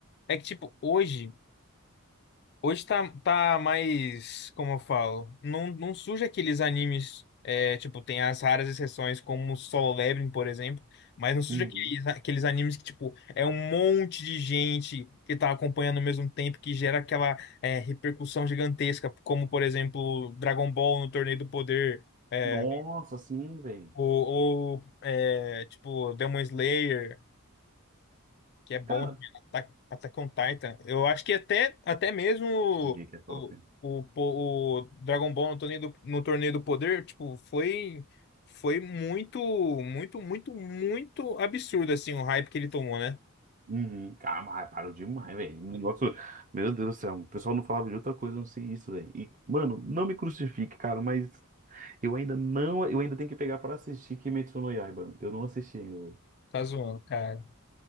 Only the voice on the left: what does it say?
É que, tipo, hoje. Hoje tá, tá mais, como eu falo, não, não surge aqueles animes, é, tipo, tem as raras exceções como Solo Leveling, por exemplo, mas não surge
aqueles, aqueles animes que, tipo, é um monte de gente que tá acompanhando ao mesmo tempo, que gera aquela, é, repercussão gigantesca, como, por exemplo, Dragon Ball no Torneio do Poder, é,
ou, ou, é, tipo, Demon Slayer, que é bom
de Attack Attack on Titan. Eu acho que até, até mesmo
o, o, o, o Dragon Ball no torneio do, no torneio do poder, tipo, foi foi muito, muito, muito, muito absurdo assim o hype que ele tomou, né?
Tá zoando, cara.